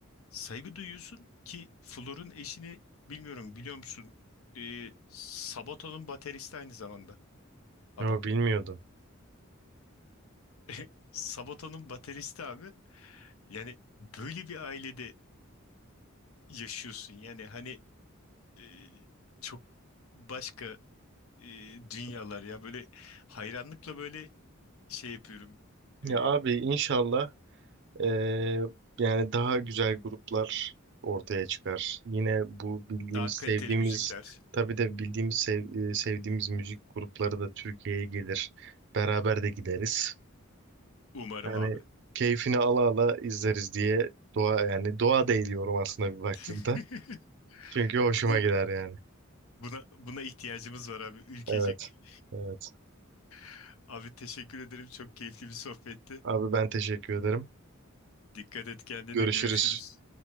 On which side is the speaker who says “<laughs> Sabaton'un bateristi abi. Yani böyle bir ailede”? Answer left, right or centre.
Left